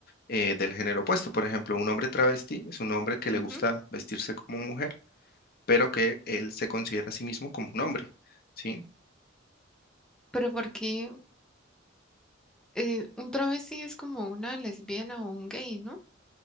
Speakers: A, on the left (about 50°); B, in the centre.
A: eh, del género opuesto. Por ejemplo, un hombre travesti es un hombre que
B: ujú.
A: le gusta vestirse como mujer, pero que él se considera a sí mismo como un hombre, ¿sí?
B: Pero porque eh, un travesti es como una lesbiana o un gay, ¿no?